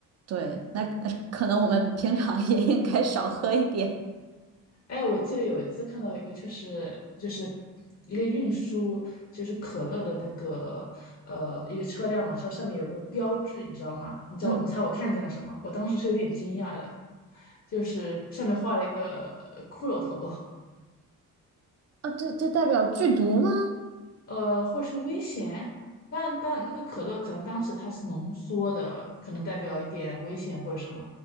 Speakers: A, on the right; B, on the left.
A: 对，那呃 <laughs> 可能我们平常也应该少喝一点。
B: 哎，我记得有一次看到一个，就是就是一个运输，就是可乐的那个呃一个车辆嘛，它上面有个标志，你知道吗？你知道你猜我看见了什么？
A: 嗯
B: 我当时是有点惊讶的，就是上面画了一个呃骷髅头。<laughs>
A: 啊，这这代表剧毒吗？
B: 呃，或是危险。但但那个可乐可能当时它是浓缩的，可能代表一点危险或者什么。